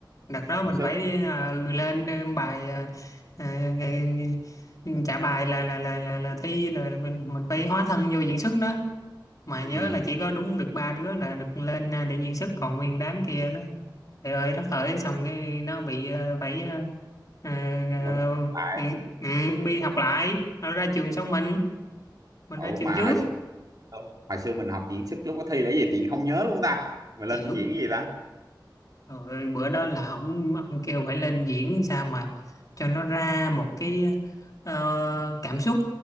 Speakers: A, on the left (about 45°); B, on the right (about 50°).
A: đặt đó mình
B: diễn xuất
A: phải đi ờ, lên ờ, bài ờ, ờ, nghe- nghe- trả bài là là là là, là thi là là mình mình phải hóa thân vô diễn xuất đó mà
B: ừ,
A: nhớ là chỉ có đúng được ba đứa là được lên ờ, để diễn xuất còn nguyên đám kia nó trời ơi đất hỡi xong cái nó bị ờ, phải ờ, ờ, ờ,
B: đúng tại
A: ừ, ừ, đi học lại nó ra trường sau mình mình
B: ủa
A: ra trường
B: mà
A: trước
B: hồi xưa hồi xưa mình học diễn xuất lúc có thi là cái gì tiện không nhớ luôn ta mà lên
A: thì lúc
B: diễn cái gì ta
A: rồi bữa đó là ông ông kêu phải lên diễn sao mà cho nó ra một cái ờ, cảm xúc